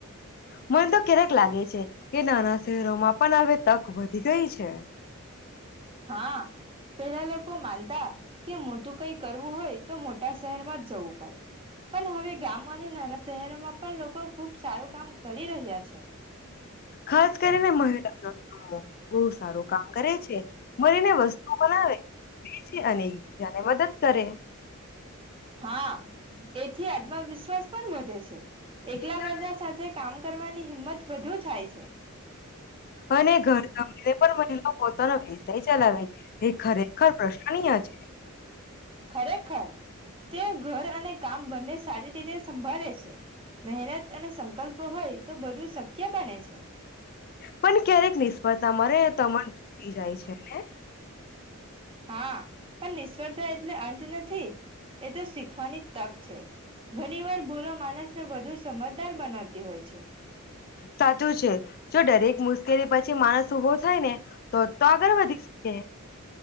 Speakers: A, on the left (about 45°); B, on the right (about 25°).
A: મન તો ક્યારેક લાગે છે કે નાના શહેરોમાં પણ હવે તક વધી ગઈ છે.
B: હા પેહલા લોકો માનતા કે મોટું કઈ કરવું હોય તો મોટા શહેરમાં જ જવું પડે. પન હવે ગામ અને નાના શહેરોમાં પણ લોકો ખુબ સારું કામ કરી રહ્યા છે.
A: ખાસ કરીને મહિલા <inaudible> બહુ સારું કામ કરે છે. મનેને વસ્તુઓ બનાવે, વેચે અને એકબીજાને મદદ કરે.
B: હા એથી આત્મવિશ્વાસ પણ વધે છે. એકલા
A: એટલા
B: કરતા સાથે કામ કરવાની હિંમત વધુ થાય છે
A: <inaudible> અને ઘરકામ <unintelligible> પણ મહિલા પોતાનો વિષય ચલાવે છે તે ખરેખર પ્રશ્નીય છે.
B: ખરેખર તેઓ ઘર અને કામ બંને સારી રીતે સંભાળે છે મહેનત અને સંકલ્પો હોય તો બધું શક્ય બને છે.
A: પણ ક્યારેક નિષ્ફળતા મળે તો મન તૂટી જાય છે ને
B: હા પણ નિષ્ફળતા એટલે અંત નથી એતો શીખવાની તક છે ઘણી વાર ભૂલો માનસને વધુ સમજદાર બનાવતી હોય છે.
A: સાચું છે જો દરેક મુશ્કેલી પછી માણસ ઉભો થાય ને તોજ તો આગળ વધી શકે.